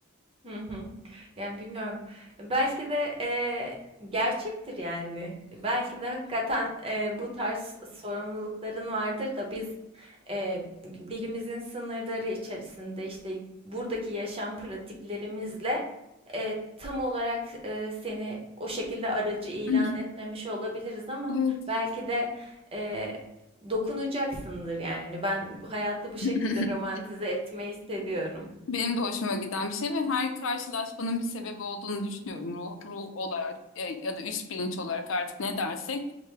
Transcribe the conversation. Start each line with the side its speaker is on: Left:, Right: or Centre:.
Right: Hı hı. Yani bilmiyorum. Belki de e, gerçektir yani. Belki de hakikaten e, bu tarz sorumlulukların vardır da biz e, dilimizin sınırları içerisinde işte buradaki yaşam pratiklerimizle e, tam olarak e, seni o şekilde aracı ilan
Left: <clears throat>
Right: etmemiş olabiliriz ama
Left: Evet.
Right: belki de e, dokunacaksındır yani. Ben bu hayatı bu şekilde
Left: <clears throat>
Right: romantize etmeyi seviyorum.
Left: Benim de hoşuma giden bir şey ve her karşılaşmanın bir sebebi olduğunu düşünüyorum. Ruh, ruh olarak e, ya da üst bilinç olarak artık ne dersek.